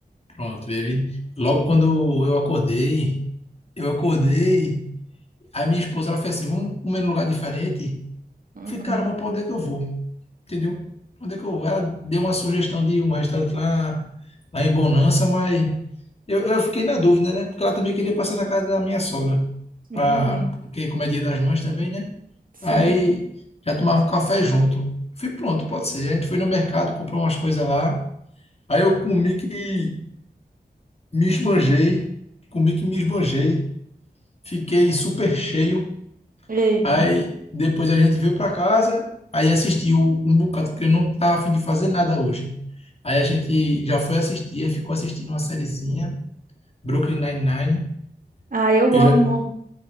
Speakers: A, on the left (about 40°); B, on the right (about 60°).
A: pronto, baby. Logo quando eu acordei, eu acordei. Aí minha esposa, ela fez assim, vamos comer num lugar diferente? Eu
B: Uhum,
A: falei, caramba, pra onde é que eu vou? Entendeu? Pra Onde é que eu vou? Ela deu uma sugestão de um restaurante lá, lá em Bonança, mas eu, eu fiquei na dúvida, né? Porque ela também queria passar na casa da minha sogra,
B: entendi.
A: pra, porque como é dia das mães também, né?
B: Sim.
A: Aí já tomava um café junto. Eu Falei, pronto, pode ser. A gente foi no mercado, comprou umas coisas lá. Aí eu comi que me esbanjei, comi que me esbanjei. Fiquei super cheio.
B: Eita.
A: Aí depois a gente veio para casa, aí assistiu um bocado, porque eu não estava a fim de fazer nada hoje. Aí a gente já foi assistir, aí ficou assistindo uma sériezinha, Brooklyn Nine-Nine.
B: Ah, eu
A: Eu
B: amo.
A: já,